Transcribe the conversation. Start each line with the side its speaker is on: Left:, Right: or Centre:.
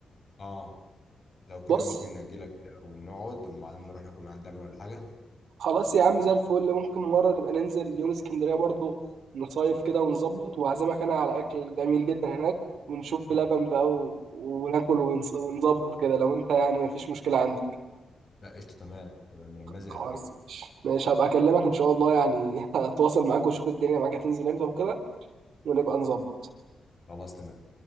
Left: اه لو كده
Right: بص
Left: ممكن نأجلها كده ونقعد ومع نروح ناكل من عند لبن ولا حاجة
Right: خلاص يا عم زي الفل ممكن مرة نبقى ننزل يوم اسكندرية برضو نصيف كده ونظبط وأعزمك أنا على أكل جميل جدا هناك ونشوف بلبن بقى و... وناكل ونص... ونظبط كده لو أنت يعني مفيش مشكلة عندك
Left: لا قشطة تمام تمام لما زي
Right: خلاص
Left: هلغيه
Right: مش مش هبقى أكلمك إن شاء الله يعني <laughs> هتواصل معاك وأشوف الدنيا معاك هتنزل إمتى وكده ونبقى نظبط
Left: خلاص تمام